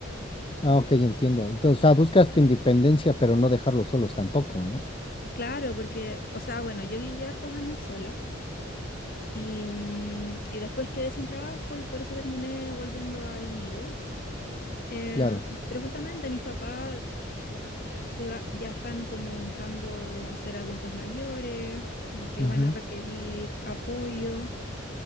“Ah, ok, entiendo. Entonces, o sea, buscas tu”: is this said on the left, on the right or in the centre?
Left